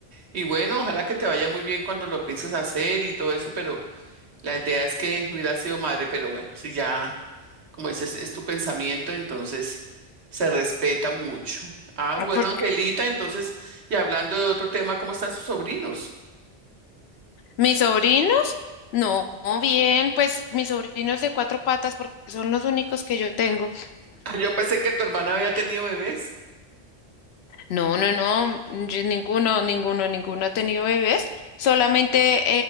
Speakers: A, on the right (about 85°); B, on the left (about 80°).
A: Y bueno, ojalá que te vaya muy bien cuando lo pienses hacer y todo eso, pero la idea es que hubiera sido madre, pero bueno, si ya, como dices, es tu pensamiento, entonces se respeta mucho. Ah, bueno,
B: Porque
A: Angelita, entonces, y hablando de otro tema, ¿cómo están sus sobrinos? <laughs>
B: mis sobrinos, no, bien, pues mis sobrinos de cuatro patas, porque son los únicos que yo tengo.
A: Ah, yo pensé que tu hermana había tenido bebés.
B: No, no, no, yo- ninguno, ninguno, ninguno ha tenido bebés, solamente